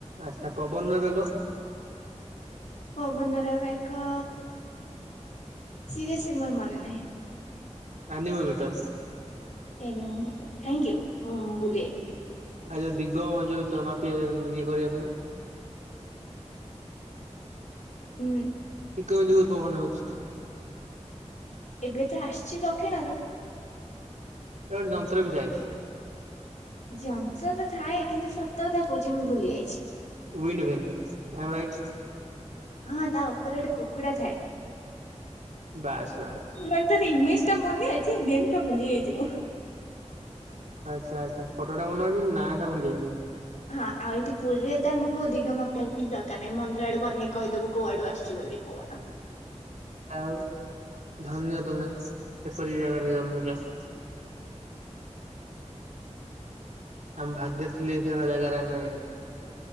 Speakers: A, on the right; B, on the left.
A: ଆଚ୍ଛା ପବନର ବେଗ।
B: ପବନର ବେଗ। ଶିରୀୟସ୍ଲି ମୋର ମନେ ନାହିଁ।
A: Anemometer.
B: Anemometer thank you ମୁଁ ଭୁଲି ଯାଇଥିଲି।
A: ଆ ଯୋଉ ଦିଗ ଯୋଉ ଚମାପିଏ ଇଏ କରିବା ପାଇଁ।
B: ହୁଁ।
A: ଇକଦିଗର ପବନ ହଉଛି।
B: ଏବେ ତ ଆଶୁଚି ଦକ୍ଷିଣରୁ।
A: ଏ ଓ ଯନ୍ତ୍ର ବିଦାୟ ଥାଏ।
B: ଜଂଷତ ଥାଏ କିନ୍ତୁ ସତ କଥା କହୁଛି ମୁଁ ଭୁଲି ଯାଇଛି।
A: ଉୱଇନ ହୁଏନି ଆଇ ଆମ୍ ରାଇଟ।
B: ହଁ ତା ଉପରେ ଗୋଟେ କୁକୁଡ଼ା ଥାଏ।
A: ବାସ୍ ବାସ୍।
B: ମାନେ ତାର ଇମେଜ ଟା ମନେଅଛି ଥିମ ଟା ଭୁଲି ଯାଇଛି ମୁଁ।
A: ଆଚ୍ଛା ଆଚ୍ଛା ତା ଫଟୋଟା ମନେ ଅଛି କିନ୍ତୁ ନାଁ ଟା ଭୁଲିଗନି।
B: ହଁ ଆଉ ଏଇଠି ପୁରୀରେ ତ ଆମକୁ ଦିଗ ମାପିଵାକୁ କିଛି ଦରକାର ନାହିଁ ମନ୍ଦିର ଆଡକୁ ଅନେଇ କହିଦବୁ କୋଉଆଡୁ ଆସଛି ବୋଲି ପବନ।
A: ଆଉ ଧନ୍ୟ ତମେ ଏପୁରୀ ଜାଗାରେ ଜନ୍ମ ନେଇଚ। ଆମ ଭାଗ୍ୟରେ ଥିଲେ ଏମିନ୍ତିକା ଜାଗାରେ ଆମେ।